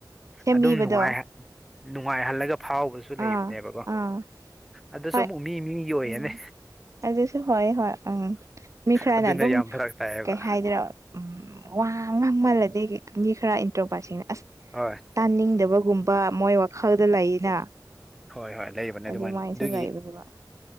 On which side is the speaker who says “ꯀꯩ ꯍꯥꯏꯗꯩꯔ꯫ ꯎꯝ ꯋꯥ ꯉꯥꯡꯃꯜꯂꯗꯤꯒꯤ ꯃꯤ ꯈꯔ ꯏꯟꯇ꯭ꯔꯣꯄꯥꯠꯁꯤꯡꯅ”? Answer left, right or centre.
Right